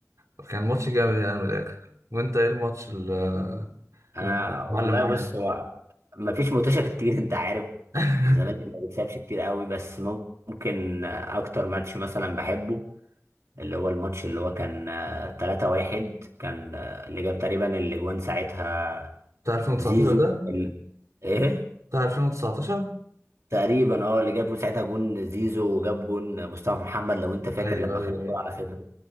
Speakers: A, on the right (about 85°); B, on the right (about 65°).
A: وكان ماتش جامد يعني من الآخر وأنت إيه الماتش ال- آه،
B: انا
A: المعلم
B: والله
A: معلم
B: بص هو ما فيش متوشة كتير <laughs> انت عارف
A: <laughs>
B: الزمالك ما بيكسبش كتير قوي بس ممكن اكتر ماتش مثلا بحبه اللي هو الماتش اللي هو كان آه، 3-1 كان آه، اللي جاب تقريبا اللي جوان ساعتها
A: بتاع 2019
B: زيزو
A: ده
B: ال... ايه
A: بتاع 2019
B: تقريبا اه اللي جاب ساعتها جون زيزو وجاب جون مصطفى محمد لو انت فاكر
A: أيوه
B: لما
A: أيوه
B: خد الكورة
A: أيوه
B: على صدره